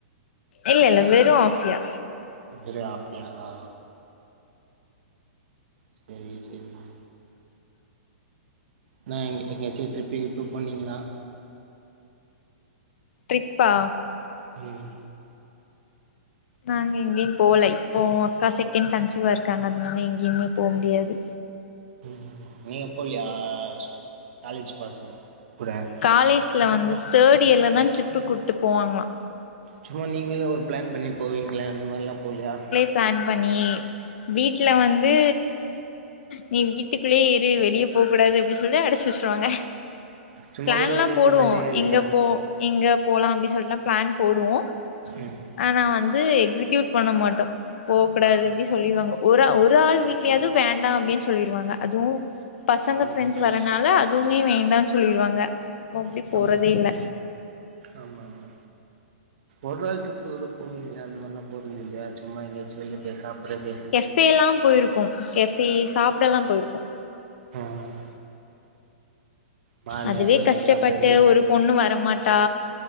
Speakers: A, on the left (about 65°); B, on the right (about 60°).
A: இல்ல இல்ல வெறும் ஆஃபியா
B: வெறும் ஆஃபியாவா செரி செரிமா என்ன எங்கயாச்சு ட்ரிப்பு கிப்பு போனீங்களா
A: ட்ரிப்பா
B: ம்
A: நாங்க எங்கயு போலை இப்போ அக்கா செகண்ட் கன்சிவா இருக்காங்க அதனால எங்கயுமே போ முடியாது
B: ம் நீங்க போலையா சு காலேஜ் பசங்க கூட
A: காலேஜ்ல வந்து தேர்ட் இயர்ல தா ட்ரிப்பு கூப்ட்டு போவாங்களா
B: சும்மா நீங்களே ஒரு ப்ளான் பண்ணிட் போவீங்கள அந்த மாரிலா போலயா
A: ப்ளான் பண்ணி வீட்ல வந்து நீ வீட்டுக்குள்ளேயே இரு வெளிய போ கூடாது அப்டின்னு சொல்லி அடச்சு வச்சுருவாங்க
B: சும்மா
A: பிளான்
B: கூட
A: ல்லா
B: வெளிய
A: போடுவோ
B: போனதே இல்லையா
A: எங்க போ இங்க போலா அப்டின்னு சொல்லிட்டுல்லா பிளான் போடுவோ
B: ம்
A: ஆனா வந்து எக்ஸிகியூட் பண்ண மாட்டோ போ கூடாது
B: ஆ
A: அப்டி சொல்லிருவாங்கோ ஒரு ஒரு ஆள் வீட்லயாவது வேண்டா அப்டின்னு சொல்லிருவாங்க அதுவு பசங்க
B: ம்
A: ஃபிரெண்ட்ஸ் வ ரனனால அதுவுமே வேண்டானு சொல்லிருவாங்க அப்போ அப்டி போறதே
B: ஆமா ஆமா
A: இல்ல
B: ஆமா ஆமா ஒரு நாள் ட்டிரிப்பு கூட போவீங்களே அந்த மாரிலா போறது இல்லையா சும்மா எங்கேயாச்சு வெளிய போய் சாப்றது
A: கஃபே எல்லா போயிருக்கு கெஃபே சாப்ட ல்லா போயிருக்கு
B: ம் மாலு
A: அதுவே
B: அந்த
A: கஷ்டப்பட்டு
B: மாரெல்லா போயிருக்கி
A: ஒரு பொண்ணு வரமாட்டா